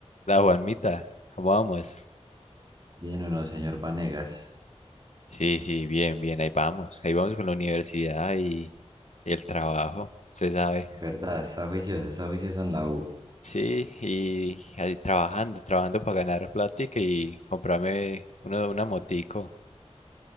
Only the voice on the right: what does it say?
Bien o no, señor Vanegas.
¿Verdad? Está juicioso, está juicioso en la U.